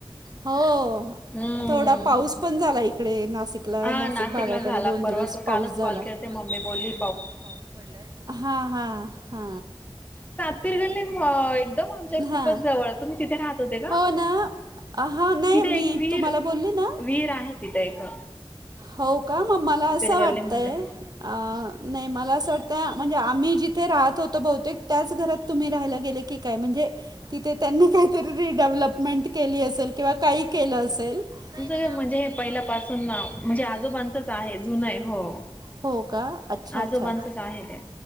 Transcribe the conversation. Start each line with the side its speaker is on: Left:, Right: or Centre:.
Right: हो.
Left: हम्म
Right: थोडा पाऊस पण झाला इकडे नासिक पला
Left: हा
Right: नासिक
Left: नाशिकला
Right: भागाकडे
Left: झाला
Right: दोन
Left: परवाच
Right: दिवस पाऊस
Left: कालच
Right: झाला
Left: कॉल
Right: <inaudible> कडे
Left: केलते मम्मी बोलली
Right: पाऊस पडलाय. हा हा हाआ.
Left: सातपिर गल्लीम अ एकदम आमच्या
Right: हां
Left: खूपच जवळ, तुम्ही तिथे रहात होते का?
Right: हो ना हां नाही
Left: तिथे
Right: मी
Left: एक वीहिर,
Right: तुम्हाला बोलली ना
Left: वीहिर आहे तिथे एकं.
Right: हो का, मग मला असं
Left: गल्लीमध्ये
Right: वाटतंय, अअ नाही मला असं वाटतंय, म्हणजे आम्ही जिथे राहत होतो बहुतेक, त्याच घरात तुम्ही राहायला गेले की काय, म्हणजे तिथे त्यांनी काहीहतरीह्ह रिडेव्हलपमेंट केली असेल, किंवा काही केलं असेल. नाही नाही.
Left: म्तर हणजे हे पहिल्या पाासून म्हणजे आजोबांचंच आहे जुनय, हो,
Right: हो का? अच्छा
Left: आजोबांचंच
Right: अच्छा.
Left: आहे ते.